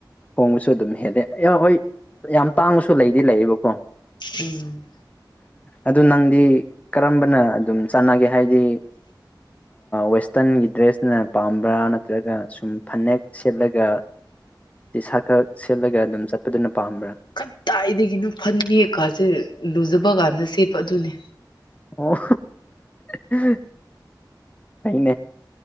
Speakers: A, on the left (about 20°); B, on the left (about 70°).
A: ꯍꯣꯡꯕꯁꯨ ꯑꯗꯨꯝ ꯍꯦꯜꯂꯦ ꯑꯦ ꯍꯣꯏ ꯌꯥꯝ ꯇꯥꯡꯕꯁꯨ ꯂꯩꯗꯤ ꯂꯩꯌꯦꯕꯀꯣ
B: ꯎꯝ
A: ꯑꯗꯨ ꯅꯪꯗꯤ ꯀꯔꯝꯕꯅ ꯑꯗꯨꯝ ꯆꯥꯟꯅꯒꯦ ꯍꯥꯏꯗꯤ ꯋꯦꯁꯇꯔꯟꯒꯤ ꯗ꯭ꯔꯦꯁꯅ ꯄꯥꯝꯕ꯭ꯔꯥ ꯅꯠꯇ꯭ꯔꯒ ꯁꯨꯝ ꯐꯅꯦꯛ ꯁꯦꯠꯂꯒ ꯗꯤꯤꯁꯥ ꯈꯛ ꯁꯦꯠꯂꯒ ꯑꯗꯨꯝ ꯆꯠꯄꯗꯨꯅ ꯄꯥꯝꯕ꯭ꯔꯥ
B: ꯀꯗꯥꯏꯗꯒꯤꯅꯣ ꯐꯅꯦꯛ ꯀꯥꯁꯦ ꯂꯨꯖꯕ ꯀꯥꯟꯗ ꯁꯦꯠꯄ ꯑꯗꯨꯅꯤ
A: ꯑꯣ <unintelligible> ꯍꯅꯦ